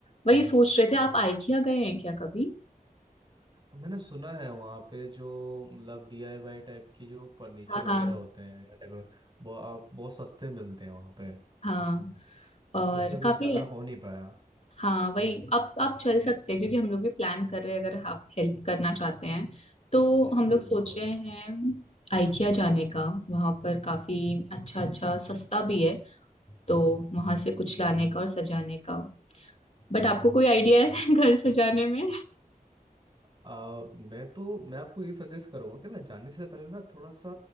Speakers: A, on the left; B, on the right.
A: वही सोच रहे थे आप आइकिया गए हैं क्या कभी
B: मैंने सुना है वहाँ पे जो मतलब डीआईवाई टाइप की जो फर्नीचर
A: हाँ
B: वगैरह
A: हाँ
B: होते हैं या डेकोर वो आप बहुत सस्ते मिलते हैं वहाँ पे
A: हाँ और
B: बट कभी
A: काफी
B: जाना हो नहीं पाया
A: हाँ वही आप आप चल सकते हैं क्योंकि हम लोग भी प्लान कर रहे हैं अगर आप हेल्प करना चाहते हैं तो
B: बिल्कुल
A: हम लोग सोच
B: बिल्कुल
A: रहे हैं आइकिया जाने का वहां पर काफी अच्छा अच्छा सस्ता भी है तो वहां से कुछ
B: हम्म
A: लाने का और सजाने का बट आपको कोई आइडिया है <laughs> घर सजाने में
B: आ, मैं तो मैं आपको ये सजेस्ट करूंगा कि ना जाने से पहले ना थोड़ा सा